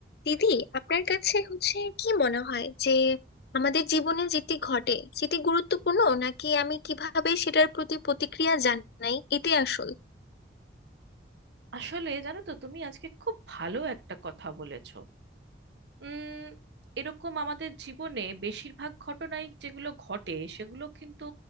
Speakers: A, on the left; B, on the right.
A: দিদি আপনার কাছে হচ্ছে কি মনে হয় যে আমাদের জীবনে যেটি ঘটে সেটি গুরুত্বপূর্ণ নাকি আমি কিভাবে সেটার প্রতি প্রতিক্রিয়া জানাই এটাই আসল
B: আসলে জানো তো তুমি আজকে খুব ভালো একটা কথা বলেছো উম এরকম আমাদের জীবনে বেশিরভাগ ঘটনাই যেগুলো ঘটে সেগুলো কিন্তু